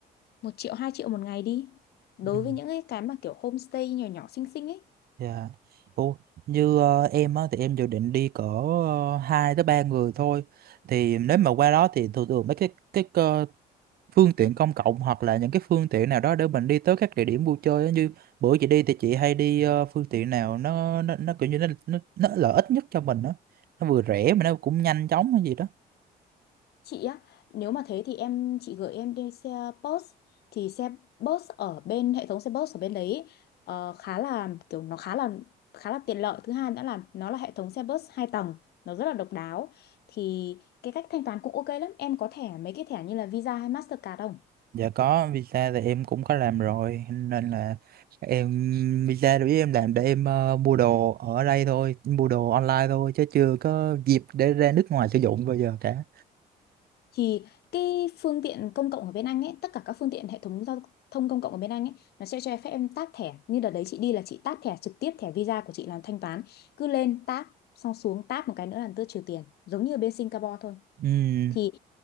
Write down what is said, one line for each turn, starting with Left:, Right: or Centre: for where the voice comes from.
Left: một triệu hai triệu một ngày đi đối
Right: Ừ.
Left: với những cái cái mà kiểu homestay nhỏ nhỏ xinh xinh ấy
Right: Dạ. Ủa, như ờ, em á, thì em dự định đi cỡ uh, 2 tới 3 người thôi. Thì nếu mà qua đó thì thường thường mấy cái cái ờ, phương tiện công cộng hoặc là những cái phương tiện nào đó để mình đi tới các địa điểm vui chơi á. Như bữa chị đi thì chị hay đi ờ, phương tiện nào nó nó nó kiểu như nó nó, nó lợi ích nhất cho mình đó. Nó vừa rẻ mà nó cũng nhanh chóng hay gì đó.
Left: chị á nếu mà thế thì em chị gửi em đi xe bus thì xe bus ở bên hệ thống xe bus ở bên đấy ấy, ờ, khá là kiểu nó khá là khá là tiện lợi thứ hai nữa là nó là hệ thống xe bus hai tầng nó rất là độc đáo thì cái cách thanh toán cũng ok lắm em có thẻ mấy cái thẻ như là Visa hay Mastercard không
Right: Dạ có, visa thì em cũng có làm rồi Nên là em visa đối với em làm để em ờ, mua đồ ở đây thôi Mua đồ online thôi chứ chưa có dịp để ra nước ngoài sử dụng bao giờ cả
Left: thì cái phương tiện công cộng ở bên Anh ấy, tất cả các phương tiện hệ thống giao thông công cộng ở bên Anh ấy, nó sẽ cho phép em tap thẻ. Như đợt đấy chị đi là chị tap thẻ trực tiếp thẻ Visa của chị làm thanh toán, cứ lên tap xong xuống tap một cái nữa là tự trừ tiền, giống như ở bên Singapore thôi.
Right: ừ.
Left: Thì